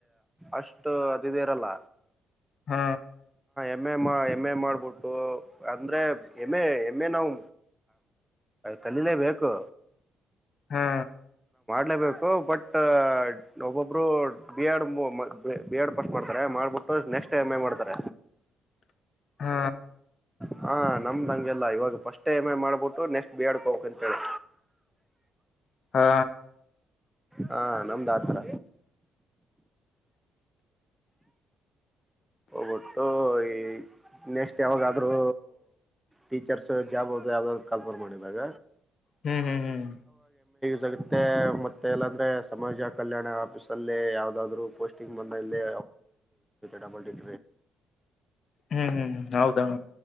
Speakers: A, in the centre; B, on the left.
A: ಅಷ್ಟು ಅದು ಇದ ಇರಲ
B: ಹ್ಮ್
A: ಎಮ್ ಎ ಎಮ್ ಎ ಮಾಡ್ಬಿಟ್ಟು ಅಂದ್ರೆ ಎಮ್ ಎ ಒಮ್ಮೆ ನಾವು ಕಲೀಲೇ ಬೇಕು.
B: ಹಾ
A: ಲೇ ಬೇಕ್ ಬಟ್ ಒಬ್ಬೊಬ್ರು B Ed B Ed pass ಮಾಡ್ತಾರೆ ಮಾಡ್ಬಟ್ಟು ರೋ ನೆಕ್ಸ್ಟ್ ಎಮ್ ಎ ಮಾಡ್ತರ.
B: ಹಾ
A: ಹಾ ನಮ್ದಂಗೆಲ್ಲ ಇವಾಗ ಫಸ್ಟ್ ಟಮ ಮಾಡ್ಬಿಟ್ಟು ನೆಕ್ಸ್ಟ್ ಬಿ ಎಡ್ ಬಡ್ಕೋಕ್ ಅಂತೇಳಿ.
B: ಹಾ
A: ಹಾ ನಮ್ದ ಆಥರ ಬಟ್ಟು ಈ ನೆಸ್ಟ್ ಯಾವಾಗಾದ್ರೂ ಟೀಚರ್ಸ್ ಜಾಬ್ ಅ ಯಾವ್ದಾದ್ರು ಕಾಲ್ಪರ್ ಮಾಡಿದಾಗ
B: ಹ್ಮ್ ಹ್ಮ್ ಹ್ಮ್
A: ಜಗತ್ತ ಮತ್ತೆ ಎಲ್ಲ ಅಂದ್ರೆ ಸಮಾಜ ಕಲ್ಯಾಣ ಆಫೀಸ್ ಅಲ್ಲಿ ಯಾವದಾದ್ರು ಪೋಸ್ಟಿಂಗ್ ಮ ಇಲ್ಲಿ. ಡಬಲ್ ಟ
B: ಹ್ಮ್ ಹ್ಮ್ ಹೌದನ.